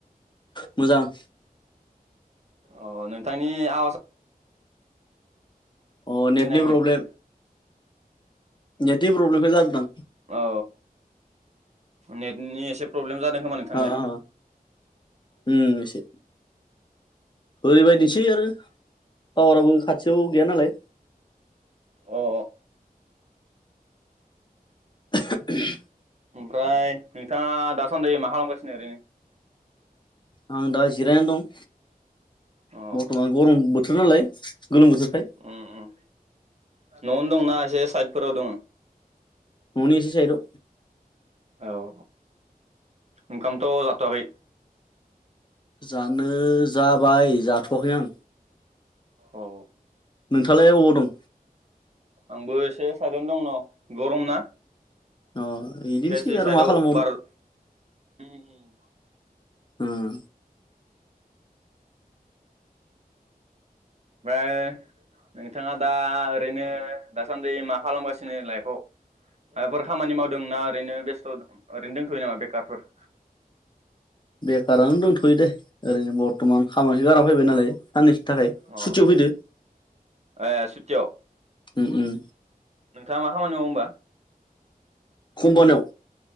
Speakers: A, on the left (about 30°); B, on the right (about 45°).
A: मोजां
B: अ नोंथांनि आवाज
A: अ नेटनि
B: सिनो आंनियाव
A: प्रब्लेम नेटनि प्रब्लेमखाय जादों
B: औ नेयनि एसे प्रब्लेम जादों खोमा नोंथांनिया
A: आं आ उम एसे ओरैबायदिनोसै आरो पावाराबो खाथियाव गैया नालाय
B: अ
A: <unintelligible>
B: ओमफ्राय नोंथाङा दासान्दि मा खालामगासिनो ओरैनो?
A: आं दा जिरायनो दं।
B: अ
A: बर्थमान गरम बोथोर नालाय गोलोम बोथोरखाय
B: उम उम न'आवनो दंना एसे साइदफोराव दङ?
A: ननि इसे सायदाव
B: औ ओंखामथ' जाथ'वाखै?
A: जानो जाबाय जाथ'वाखैनो आं
B: औ।
A: नोंथाङालाय अबाव दं?
B: आंबो एसे साइदन दं न गरम ना।
A: अ बिदिनोसै
B: ओखायसो‌
A: आरो
B: साइदाव
A: मा खालामबावनो
B: बार‌ ओम ओम
A: होम।
B: ओमफ्राय नोंथाङा दा ओरैनो दासान्दि मा खालामगासिनो लाइफआव? माइबाफोर खामानि माव ना ओरैनो बेस्थ' ओरैनो दंथ'यो नामा बेखारफोर?
A: बेखारानो दंथ'यो दे ओरैनो बर्थमान खामानि गारा। फैबाय नालाय साननैसनि थाखाय
B: अ
A: सुटियाव फैदो।
B: ए सुटियाव
A: ओम ओम।
B: नोंथाङा मा खामानि मावो होनोमबा?
A: खम्पानिआव